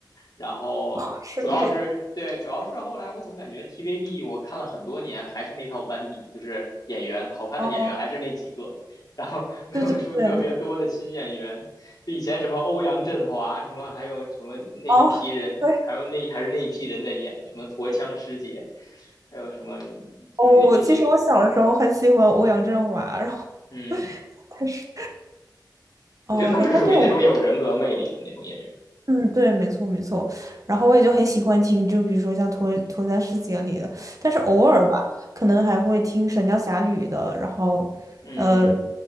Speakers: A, on the left (about 55°); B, on the right (about 45°).
A: 然后主要是对，
B: <laughs> 声，是那
A: 主要是后来我总感觉 TVB 我看了很多年还是那套班底，就是演员好看的演员还是那几个，
B: 哦，
A: 然后没有出特别多的新演员。
B: 对对对，
A: 就以前什么欧阳震华，什么还有什么那一批人，
B: 哦，对，
A: 还有那还是那一批人在演，什么驼枪师姐，还有什么就是那那些，
B: 哦，其实我小的时候很喜欢欧阳震华，然后
A: 嗯，
B: 但是，哦，
A: 我觉得他是属于那种有人格魅力的那种演员，
B: 然后对我也嗯，对，没错没错，然后我也就很喜欢听，就比如说像脱《脱单世姐》里的，但是偶尔吧，
A: 嗯
B: 可能还会听《神雕侠侣》的，然后，
A: 嗯
B: 呃，